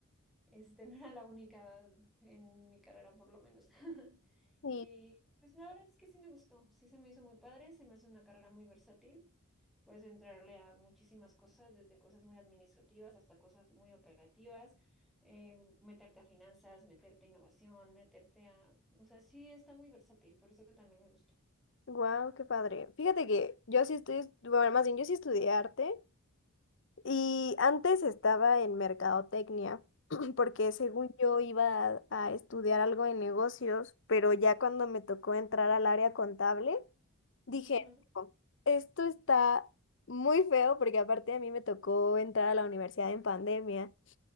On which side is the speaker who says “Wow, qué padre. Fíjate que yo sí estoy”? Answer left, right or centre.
Left